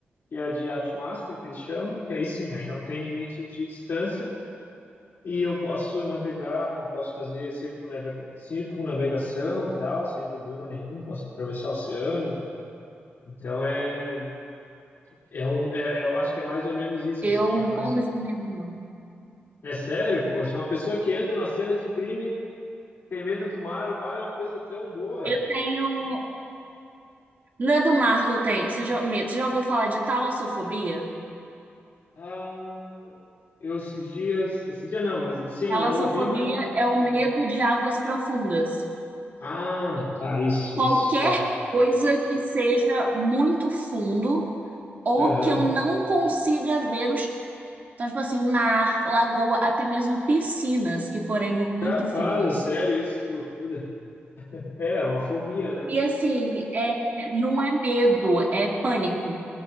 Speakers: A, on the left (about 65°); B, on the right (about 45°).
A: que é a de Yachtmaster, que eles chamam, que aí sim, aí não tem limite de distância, e eu posso navegar, posso fazer circunnavega- circunnavegação e tal, sem problema nenhum, posso atravessar o oceano, então é, é um, é- é, eu acho que é mais ou menos isso,
B: Eu
A: assim, é mais,
B: morro de medo. de mar.
A: é sério, poxa, uma pessoa que entra na cena de crime tem medo do mar, o mar é uma coisa tão boa,
B: Eu tenho.
A: poxa,
B: Não é do mar que eu tenho. Você já, medo. Você já ouviu falar de talassofobia?
A: ah... Eu esses dias, esse dia não, mas sim,
B: Talassofobia
A: eu ouvi, mas não.
B: é o
A: é.
B: medo de águas profundas.
A: Ah, tá, isso,
B: Qualquer
A: isso, é.
B: coisa que seja muito fundo ou
A: Aham.
B: que eu não consiga ver os. Então, tipo assim, mar, lagoa, até mesmo piscinas que forem mu-
A: Capaz,
B: muito fundas.
A: é sério, isso, que loucura. É, é uma fobia, né?
B: E assim, é, não é medo, é pânico.